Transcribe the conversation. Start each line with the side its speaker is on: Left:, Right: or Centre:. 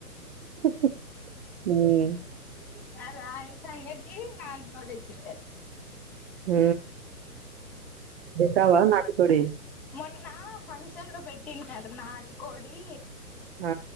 Right: హ
Centre: అ రా ఇ సంంగతి నాకోడిచ్చతే
Right: హ కావా నాకు తోడ
Centre: ఇలా ఫంక్షన్ లో పెట్టినడు నాటుకోడి
Right: ఆ!